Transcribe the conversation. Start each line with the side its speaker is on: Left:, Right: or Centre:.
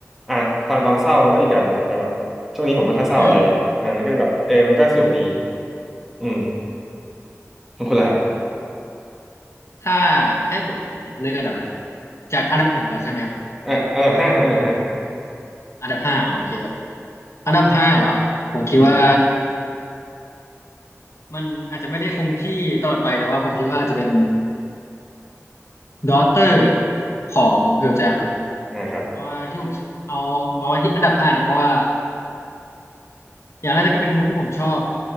Centre: อ่ะฟังตอนเศร้ามันก็อีกแบบหนึ่งแต่แบบช่วงนี้ผมไม่ค่อยเศร้าอะไรอ่ามันก็เลยแบบเออมันก็สนุกดี
Left: อืม
Centre: อืมของคุณล่ะครับ
Left: ถ้าให้ผมเลือกอันดับนะจากอันดับหนึ่งก่อนใช่ไหมครับ
Centre: อ่ะอันดับห้าครับอันดับห้า
Left: อันดับห้าอ๋อโอเคครับ อันดับห้าเหรอผมคิดว่า
Centre: อืม
Left: มันอาจจะไม่ได้คงที่ตลอดไปแต่ว่าผมคิดว่าอาจจะเป็น d a u g h t e r ของเพล j จ m ครับ
Centre: อ่าครับ
Left: เพราะว่าที่ผมเอามาไว้ที่อันดับห้าเนี่ยเพราะว่าอย่างแรกก็เป็นวงที่ผมชอบ